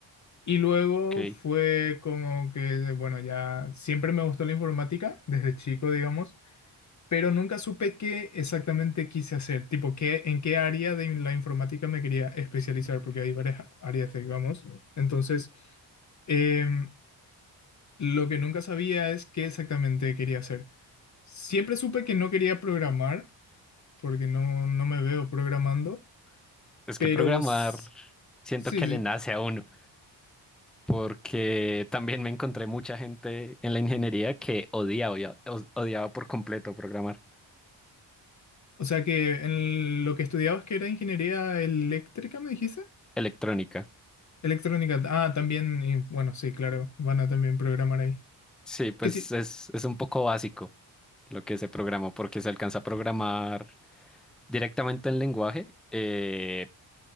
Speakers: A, on the left; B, in the centre.
A: Y luego
B: ok.
A: fue como que, bueno, ya siempre me gustó la informática, desde chico, digamos, pero nunca supe qué exactamente quise hacer, tipo, qué, en qué área de la informática me quería especializar, porque hay varias áreas, digamos. Entonces, em, lo que nunca sabía es qué exactamente quería hacer. Siempre supe que no quería programar, porque no, no me veo programando,
B: Es
A: pero
B: que programar
A: s-
B: siento
A: sí,
B: que
A: sí.
B: le nace a uno, porque también me encontré mucha gente en la ingeniería que odiaba, odia- odiaba por completo programar.
A: O sea que en lo que estudiabas que era ingeniería eléctrica, ¿me dijiste?
B: Electrónica.
A: Electrónica. Ah, también, y bueno, sí, claro, van a también programar ahí.
B: Sí, pues
A: ¿Qué ti-
B: es, es un poco básico lo que se programó, porque se alcanza a programar directamente en lenguaje, eh,